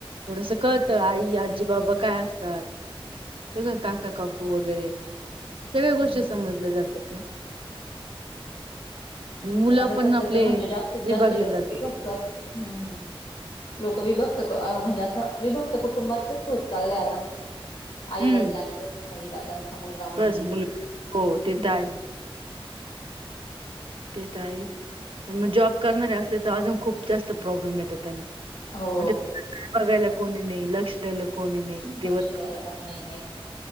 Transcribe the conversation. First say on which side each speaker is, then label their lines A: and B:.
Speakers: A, on the right; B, on the left.
A: थोडंसं कळतं
B: हम्म
A: आई, आजी, बाबा काय असतात. त्याला
B: हम्म
A: काका काकू वगैरे सगळ्या गोष्टी
B: हम्म
A: समजल्या जातात ना. आणि मुलं
B: पण आता सध्या
A: आपले
B: तर म्हणजे जास्तीत जास्त
A: विभागले
B: लोकं
A: जातात.
B: विभक्त, हम्म, लोक विभक्त क अ म्हणजे असं विभक्त कुटुंबातच होत चाललंय आता. आई
A: हम्म
B: वडिल आणि <unintelligible> मुलगा त्यांचा मुलगा मुलगी,
A: बस मुल हो ते
B: हम्म.
A: तर आहे ते तर आहे पण मग जॉब करणारे असल्या तर अजून खूप जास्त प्रॉब्लेम येतो त्यांना
B: हो
A: मग ते बघायला कोणी नाही लक्ष दलं कोणी नाही दिवस
B: लक्ष द्यायला कोणी नाहीये